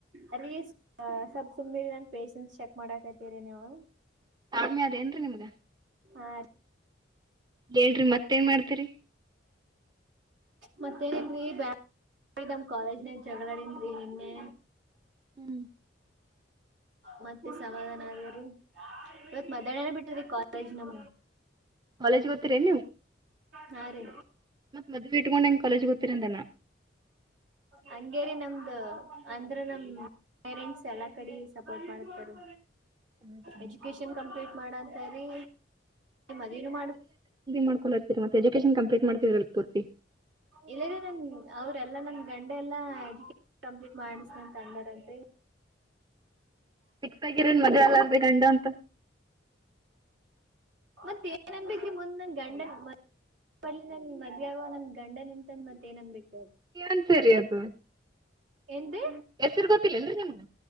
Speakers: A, on the right (about 80°); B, on the right (about 20°).
A: ಅೀ ಸ್ವಲ್ ಸುಮ್ಮೀ ನನ್ ಪೇಶನ್ಸ್ ಚೆಕ್ ಮಾಡಕತಿರಿ ನೀವು
B: ಕ್ಮಿ ಅದೇಏನ್ರೀ ನಿಮಗ
A: ಆ
B: ಹೇಳ್ರಿ ಮತ್ತೇನ್ ಮಾಡ್ತರಿ
A: ಮತ್ತೇನನ್ರರಿ ಬ್ಯಾಮ್ ಕಾಲೇಜನ ಜಗಳಾಡನ್ೀ ನಿನ್ನೆ
B: ಹ್ಮ್
A: ಮತ್ತೆ ಸಮಾಧಾನ ಅಗೇರಿೀ ಇವತ್ ಮಧ್ಯಾಹ್ನ ಬಿಟ್ಟಿದರಿ ಕಾಲೇಜ್ ನಮ
B: ಕಾಲೇಜ್ ಗತ್ತೀರೇ ನೀವು
A: ಹಾ ರೀ
B: ಮದ್ವಿ ಇಟ್ಕೊಂಡ್ ಹೆಂಗ್ ಕಾಲೇಜ್ ಗೊತ್ತಿರಟನ
A: ಹಂಗೇರಿ ನಮ್ದ ಅಂದ್ರ ನಮ ಪೇರೆಂಟ್ಸ್ ಎಲ್ಲ ಕಡೆ ಸಪೋರ್ಟ್ ಮಾಡತರು
B: ಹೌದ್ರಿ
A: ಎಜುಕೇಶನ್ ಕಂಪ್ಲೀಟ್ ಮಾಡಂತಾರೀ ಮದೇನು ಮಾಡ
B: ಮಾಡ್ಕೊಂಡಿರ್ತೀರಿ ಮೆ ಎಜುಕೇೇಶನ್ ಕಂಪ್ಲೀಟ್ ಮಾಡ್ತ ತೋರ್ತಿ
A: ಇೇ ರ ನನ್ ಅವ್ರೆಲ್ಲಾ ನನ್ ಗಂಡೆ ಎಲ್ಲಾ ಎಜುಕ ಕಂಪ್ಲೀಟ್ ಮಾಡನಿಸ್ಮೆಂಟ್ ಅಂದರ ಅಂತೆ
B: ಸಿಕ್ತಗರ ಮೆ ಗಂಡ ಅಂತ
A: ಮತ್ತ ಏನನ್ಬೇಕಿ ಮುಂದ್ ನನ್ ಗಂಡನ್ ಲ್ಲಿ ನನ್ ಮದ್ಯಾವ ನನ್ ಗಂಡ ನಿಂತಂದ ಮತ್ತ ಏನನ್ ಬೇಕು
B: ನ್ ಸರಿ ಅದು
A: ಎನ್ೀ
B: ಹೆಸರು ಗೊತ್ತಿಲ್ಲೇನ್ರಿ ನಿಮ್ಗ